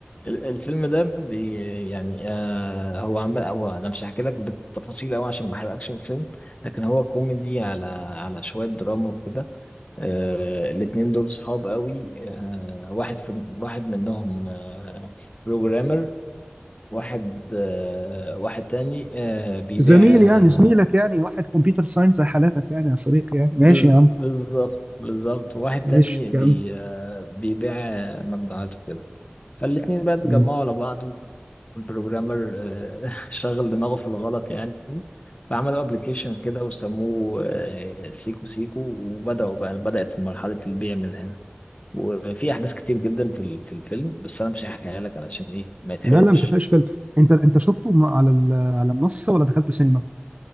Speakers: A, on the left; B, on the right.
A: ال- الفيلم ده بي يعني آه، هو عمل هو انا مش هحكي لك بالتفاصيل قوي عشان ما احرقكش الفيلم لكن هو كوميدي على على شوية دراما وكده آه، الاتنين دول صحاب قوي آه، واحد في واحد منهم آه، بروجرامر واحد آه، واحد تاني آه، بيبيع
B: زميل
A: آه،
B: يعني زميلك يعني واحد كمبيوتر ساينس زي حالاتك يعني يا صديقي يعني ماشي
A: بز-
B: يا عم
A: بالظبط بالظبط واحد تاني
B: ماشي
A: بي
B: يا عم
A: آه، بيبيع آه، ممنوعات وكده فالاتنين بقى اتجمعوا
B: <laughs>
A: على بعض والبروجرامر آه، <laughs> شغل دماغه في الغلط يعني فعملوا ابلكيشن كده وسموه آه، سيكو سيكو وبدأوا بقى بدأت في مرحلة البيع من هنا وفي أحداث كتير جدا في ال- في الفيلم بس أنا مش هحكيها لك علشان إيه ما يتحرقش
B: لا لا ما تحرقش فيلم انت انت شفته م- على ال- على منصه ولا دخلته سينما؟